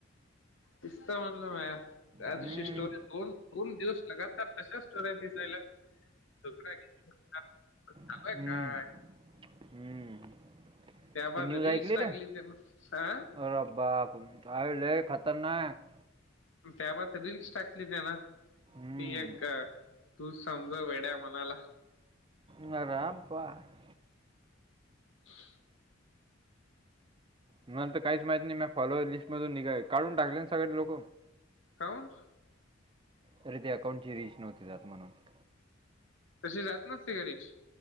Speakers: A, on the left; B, on the right.
A: नुसतं म्हणल म्या त्या
B: हम्म.
A: दिवशी स्टोरी दोन दोन दिवस लगातार तशाच ्या पीसायला <unintelligible> त का <unintelligible>
B: हम्म. हम्म.
A: त्याबाद
B: ती न्यूज
A: रीलस
B: ऐकली ना
A: टाकली त्यान हा
B: अरे बाप अरे लय खतरनाक
A: त्यावर रीलस टाकली त्यानं,
B: हम्म.
A: ती एक तू समजव वेड्या मनाला,
B: ह राबा <unintelligible>
A: <unintelligible>
B: मला तर काहीच माहित नाही मी फॉलो लिस्ट मधून निघाय काढून टाकले ना सगळे लोक.
A: काहून?
B: तरी ते अकाउंटची रच नव्हती जात म्हणून <unintelligible>
A: तशी जात नसते का रीच